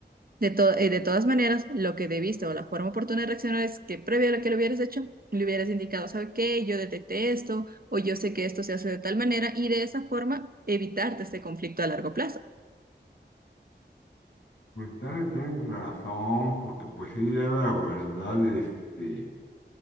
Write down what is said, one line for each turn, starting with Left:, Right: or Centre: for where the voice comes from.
Right: De, to- eh, de todas maneras, lo que debiste o la forma oportuna de reaccionar es que previo a lo que lo hubieras hecho, le hubieras indicado, ¿sabe qué? Yo detecté esto o yo sé que esto se hace de tal manera y de esa forma evitarte este conflicto a largo plazo.
Left: Pues también tienes razón, porque pues sí, ya la verdad, este,